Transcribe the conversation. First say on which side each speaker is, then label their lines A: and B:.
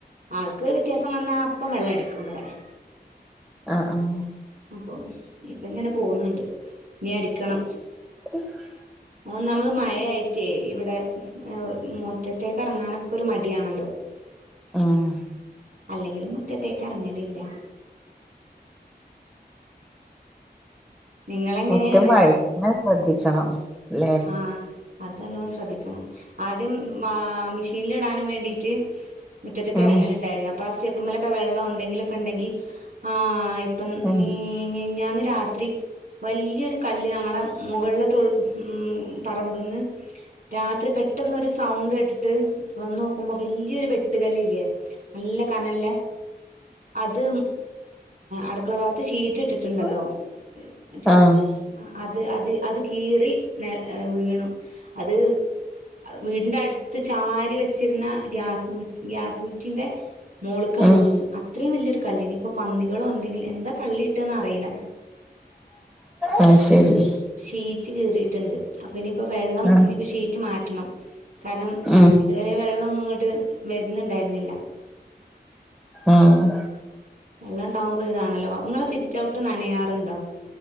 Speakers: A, on the right; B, in the centre.
A: ആൾക്ക് വ്യത്യാസം വന്നാ അപ്പം വെള്ളം അടിക്കും ഇവടെ അ
B: ആഹ് ആഹ്
A: അപ്പം ഇപ്പ ഇങ്ങനെ പോകുന്നുണ്ട് ഇനി അടിക്കണം
B: <unintelligible>
A: ഒന്നാമത് മഴയായിട്ടേ ഇവടെ മുറ്റത്തെ എറങ്ങാനൊക്കെ ഒരു മടിയാണല്ലോ
B: ആഹ്
A: അല്ലെങ്കിലും മുറ്റത്തേക്ക് എറങ്ങലില്ല നിങ്ങളെങ്ങനെയാണ്
B: മുറ്റം വഴ്ക്ക്ണെ ശ്രദ്ധിക്കണം ല്ലേ
A: ആഹ് അതല്ലോം ശ്രദ്ധിക്കണം ആദ്യം മാ മെഷീല് ഇടാനും വേണ്ടിട്ട് മുറ്റത്ത്ക്ക്
B: ഉം
A: എറങ്ങലുണ്ടായിരുന്നു പ്പ സ്റ്റെപ്പുമലൊക്കെ വെള്ളം എന്തെങ്കിലുക്കെ ഇണ്ടെങ്കി ആഹ് ഇപ്പം
B: ഉം
A: മീ മിൻഞ്ഞാന്ന് രാത്രി വല്ല്യോരു കല്ല് ഞങ്ങടെ മുകളിലെ തൊടു ഉം പറമ്പ്ന്ന് രാത്രി പെട്ടെന്നൊരു സൗണ്ട് കേട്ടിട്ട് വന്ന് നോക്കുമ്പോ വല്ല്യോരു വെട്ടുകല്ല്ല്ലേ നല്ല കനല്ലേ അത് അട്ക്കള ഭാഗത്ത് ഷീറ്റ് ഇട്ടിട്ടുണ്ടല്ലോ
B: ഉം
A: മറ്റേ
B: ആഹ്
A: അത് അത് അത് കീറി നെ വീണു അത് വീടിന്റെ അടുത്ത് ചാരി വെച്ചിരുന്ന ഗ്യാസ് ഗ്യാസ് കുറ്റിന്റെ മോള്ക്കാണ്ട്
B: ഉം
A: വീണ് അത്രയും വല്ല്യോരു കല്ല്നി ഇപ്പൊ പന്നികളോ എന്തെങ്കിലും എന്താ തള്ളിയിട്ടത്ന്ന് അറീല
B: അത് ശരി
A: ഷീറ്റ് കീറിട്ട്ണ്ട് അപ്പൊ ഇനിയിപ്പം വെള്ളം
B: ആഹ്
A: ഇനിപ്പം ഷീറ്റ് മാറ്റണം കാരണം
B: ഉം
A: ഇതുവരെ വെള്ളം ഒന്നും ഇങ്ങട്ട് വരുന്നുണ്ടായിരുന്നില്ല
B: ആഹ്
A: വെള്ളംണ്ടാവുമ്പോ ഒരു താണല്ലോ ഇങ്ങളെ സിറ്റൗട്ട് ന്നനയാറുണ്ടോ?